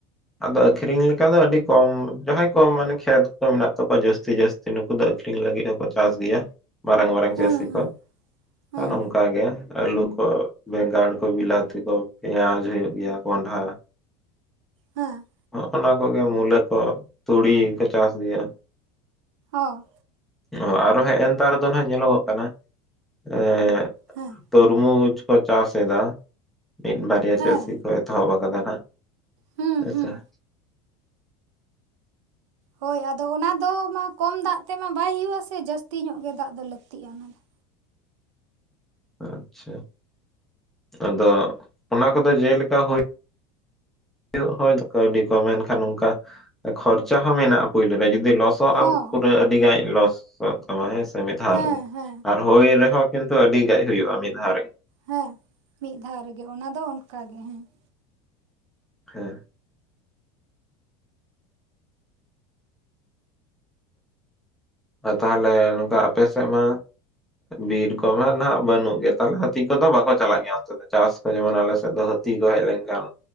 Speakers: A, in the centre; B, on the right (about 75°).
A: ᱟᱫᱚ ᱟᱹᱠᱷᱨᱤᱧ ᱞᱮᱠᱟ ᱫᱚ ᱟᱹᱰᱤ ᱠᱚᱢ ᱡᱟᱦᱟᱸᱭ ᱠᱚ ᱢᱟᱱᱮ ᱠᱷᱮᱛ ᱠᱚ ᱢᱮᱱᱟᱜ ᱛᱟᱠᱚᱣᱟ ᱡᱟᱹᱥᱛᱤ ᱡᱟᱹᱥ ᱛᱤ ᱱᱩᱠᱩ ᱫᱚ ᱟᱹᱠᱷᱨᱤᱧ ᱞᱟᱹᱜᱤᱫ ᱦᱚᱸᱠᱚ ᱪᱟᱥ ᱜᱮᱭᱟ ᱢᱟᱨᱟᱝ ᱢᱟᱨᱟᱝ
B: ᱦᱮᱸ
A: ᱪᱟᱹᱥᱤ
B: ᱦᱮᱸ
A: ᱠᱚ᱾
B: ᱦᱮᱸ
A: ᱱᱚᱝᱠᱟ ᱜᱮ ᱟᱹᱞᱩ ᱠᱚ ᱵᱮᱸᱜᱟᱲ ᱠᱚ ᱵᱤᱞᱟᱛᱤ ᱠᱚ ᱯᱮᱸᱭᱟᱡᱽ ᱦᱩᱭᱩᱜ ᱜᱮᱭᱟ ᱠᱚᱸᱰᱷᱟ
B: ᱦᱮᱸ,
A: ᱦᱚᱜ-ᱱᱟ ᱠᱚᱜᱮ ᱢᱩᱞᱟᱹ ᱠᱚ ᱛᱩᱲᱤ ᱠᱚ ᱪᱟᱥ ᱜᱮᱭᱟ ᱾
B: ᱦᱚᱸ ᱾
A: ᱚ ᱟᱨᱚ ᱦᱮᱱᱛᱟᱨ ᱫᱚ ᱱᱟᱦᱟᱜ ᱧᱮᱞᱚᱜᱚᱜ ᱠᱟᱱᱟ ᱮᱸ
B: ᱦᱮᱸ
A: ᱛᱚᱨᱢᱩᱡᱽ ᱠᱚ ᱪᱟᱥ ᱮᱫᱟ ᱢᱤᱫ ᱵᱟᱨᱭᱟ
B: ᱦᱮᱸ
A: ᱪᱟᱹᱥᱤ ᱠᱚ ᱮᱛᱚᱦᱚᱵ ᱟᱠᱟᱫᱟ ᱦᱟᱜ ᱾
B: ᱦᱮᱸ
A: ᱟᱪᱪᱷᱟ
B: ᱦᱮᱸ
A: ᱾
B: ᱦᱳᱭ ᱟᱫᱚ ᱚᱱᱟ ᱫᱚ ᱢᱟ ᱠᱚᱢ ᱫᱟᱜ ᱛᱮᱢᱟ ᱵᱟᱭ ᱦᱩᱭᱩᱜ-ᱟ ᱥᱮ ᱡᱟᱹᱥᱛᱤ ᱧᱚᱜ ᱜᱮ ᱫᱟᱜ ᱫᱚ ᱞᱟᱹᱠᱛᱤᱜ-ᱟ ᱚᱱᱟ ᱫᱚ ᱾
A: ᱟᱪᱪᱷᱟ᱾ ᱟᱫᱚ ᱚᱱᱟ ᱠᱚᱫᱚ ᱡᱮᱞᱮᱠᱟ ᱦᱩᱭ ᱩᱜ ᱦᱚ ᱠᱟᱹᱣᱰᱤ ᱠᱚ ᱮᱱᱠᱷᱟᱱ ᱚᱱᱠᱟ ᱠᱷᱚᱨᱪᱟ ᱦᱚᱸ ᱢᱮᱱᱟᱜ-ᱟ ᱯᱩᱭᱞᱩ ᱨᱮ᱾ ᱡᱩᱫᱤ ᱞᱚᱥ ᱚᱜ
B: ᱦᱚᱸ
A: ᱟᱢ ᱯᱩᱨᱟᱹ ᱟᱹᱰᱤ ᱜᱟᱡ ᱞᱚᱥ ᱚᱜ ᱛᱟᱢᱟ ᱦᱮᱸ ᱥᱮ ᱢᱤᱫ ᱫᱷᱟᱣ
B: ᱦᱮᱸ
A: ᱨᱮᱜᱮ
B: ᱦᱮᱸ
A: ᱟᱨ ᱦᱩᱭ ᱨᱮᱦᱚᱸ ᱠᱤᱱᱛᱩ ᱟᱹᱰᱤ ᱜᱟᱡ ᱦᱩᱭᱩᱜ-ᱟ ᱢᱤᱫ ᱫᱷᱟᱣ ᱨᱮᱜᱮ ᱾
B: ᱦᱮᱸ ᱢᱤᱫ ᱫᱷᱟᱣ ᱨᱮᱜᱮ, ᱚᱱᱟ ᱫᱚ ᱚᱱᱠᱟ ᱜᱮ ᱦᱮᱸ ᱾
A: ᱦᱮᱸ ᱾ ᱟᱨ ᱛᱟᱦᱞᱮ ᱱᱚᱝᱠᱟ ᱟᱯᱮ ᱥᱮᱫ ᱢᱟ ᱵᱤᱨ ᱠᱚᱢᱟ ᱱᱟᱦᱟᱜ ᱵᱟᱹᱱᱩᱜ ᱜᱮᱭᱟ ᱾ ᱛᱟᱦᱞᱮ ᱦᱟᱹᱛᱤ ᱠᱚᱫᱚ ᱵᱟᱠᱚ ᱪᱟᱞᱟᱜ ᱜᱮᱭᱟ ᱚᱱᱛᱮ ᱫᱚ, ᱪᱟᱥ ᱡᱮᱢᱚᱱ ᱟᱞᱮ ᱥᱮᱫ ᱫᱚ ᱦᱟᱹᱛᱤ ᱠᱚ ᱦᱮᱡ ᱞᱮᱱᱠᱷᱟᱱ